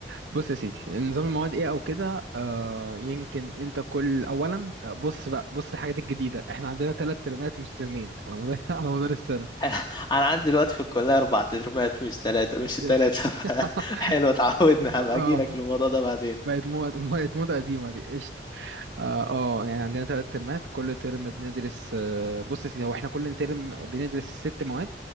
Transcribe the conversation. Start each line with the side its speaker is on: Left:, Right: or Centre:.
Right: بص يا سيدي نظام المواد ايه او كده آه يمكن انت كل اولا آه، بص بقى بص الحاجات الجديدة احنا عندنا ثلاث ترمات مش ترمين على مدار <laughs> على مدار السنة
Left: <laughs> انا عندي دلوقتي في الكليه اربع ترمات مش ثلاثه مش
Right: يس
Left: ثلاثه <laughs>
Right: <laughs>
Left: حلو اتعودنا هبقى
Right: اه
Left: اجي لك للموضوع ده بعدين
Right: بقت مواد بقت موضة قديمة دي قشطة اه آه، يعني عندنا ثلاث ترمات كل ترم بندرس آه، بص يا سيدي هو احنا كل ترم بندرس ست مواد